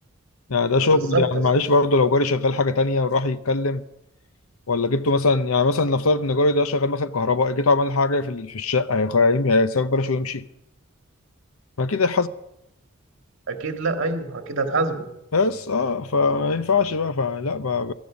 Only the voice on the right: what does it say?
ما بالظبط
أصلاً.
اكيد لا ايوه اكيد هتحاسبه